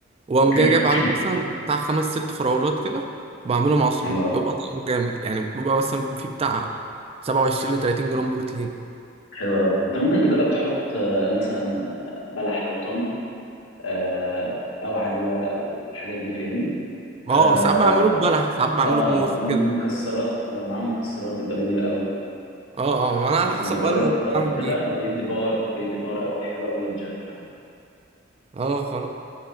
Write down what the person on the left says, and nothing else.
<clears throat>
حلو
أوي
حلو أوي أنت ممكن تجرب تحط آه، مثلا آه، بلح أو تمر آه، أو عجوة أو الحاجات دي فاهمني
آه،
اه
وم-
ومكسرات لو معاهم مكسرات بيبقى جميلة قوي
انا جربت
قبل
كده
بيدي باور بيدي باور قوي حلو قوي للجيم كمان